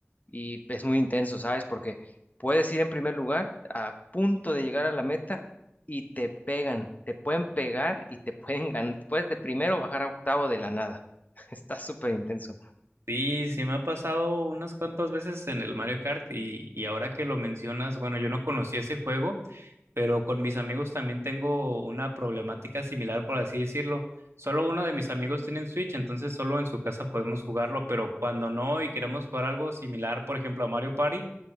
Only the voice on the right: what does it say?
Sí, sí me ha pasado unas cuantas veces en el Mario Kart y, y ahora que lo mencionas, bueno, yo no conocí ese juego, pero con mis amigos también tengo una problemática similar, por así decirlo. Solo uno de mis amigos tiene el Switch, entonces solo en su casa podemos jugarlo, pero cuando no y queremos jugar algo similar, por ejemplo, a Mario Party,